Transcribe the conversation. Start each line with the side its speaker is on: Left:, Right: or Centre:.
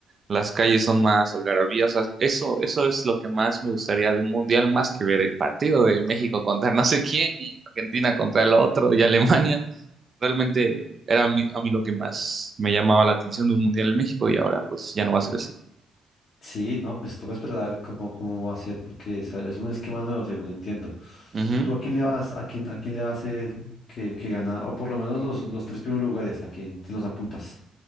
Right: las calles son más algarabías. O sea, eso, eso es lo que más me gustaría de un mundial, más que ver el partido de México contra no sé quién y Argentina contra el otro y Alemania. Realmente era a mí, a mí lo que más me llamaba la atención de un mundial en México y ahora pues ya no va a ser así.
Left: Sí, no, pues toca esperar a ver cómo, cómo va a ser, porque es, es un esquema nuevo, según entiendo.
Right: Ujú.
Left: ¿Y tú a quién le vas, a quién, a quién le vas el que, que gana, o por lo menos los, los tres primeros lugares, a quién te los apuntas?